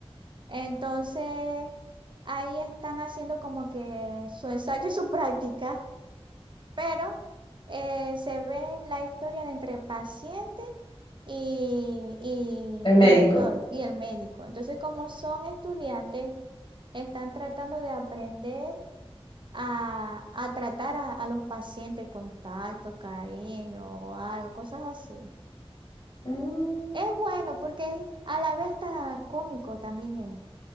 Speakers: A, on the right; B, on the left.
A: Entonces, ahí están haciendo como que su ensayo, <laughs> su práctica, pero eh, se ve la historia de entre paciente y,
B: El médico.
A: y, y doctor y el médico. Entonces, como son estudiantes, están tratando de aprender a, a tratar a, a los pacientes con tacto, cariño o algo, cosas así.
B: Mm,
A: Es bueno porque es- a la vez está cómico también es.